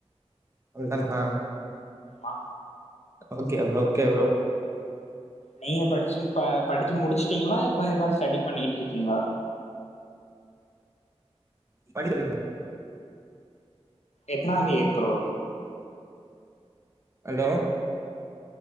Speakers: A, on the right; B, on the left.
A: ந்தன் ஆ
B: ஆ
A: ஓகே ப்ரோ ஓகே ப்ரோ
B: நீங்க படிச்சு ப படிச்சும் முடிச்சுட்டீங்களா இப்ப இதா ஸ்டடி பண்ணீட்ருக்கீங்களா
A: படிடுங்க
B: எத்தனா இயர் ப்ரோ
A: அலோ